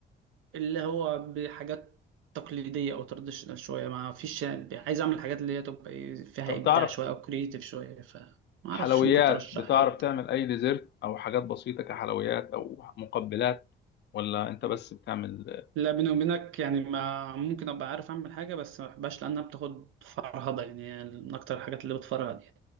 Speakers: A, on the right (about 85°); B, on the left (about 60°).
A: اللي هو بحاجات تقليدية أو تراديشنال شوية ما فيش يعني عايز أعمل حاجات اللي هي تبقى إيه فيها
B: طب
A: إبداع
B: تعرف
A: شوية أو كرييتيف شوية فما أعرفش
B: حلويات
A: ممكن ترشح
B: بتعرف
A: لي تاني
B: تعمل اي ديزرت او حاجات بسيطه كحلويات او مقبلات ولا انت بس بتعمل
A: لا بيني وبينك يعني ما ممكن أبقى عارف أعمل حاجة بس ما بحبهاش لأنها بتاخد فرهضة يعني من أكتر الحاجات اللي بتفرهد يعني.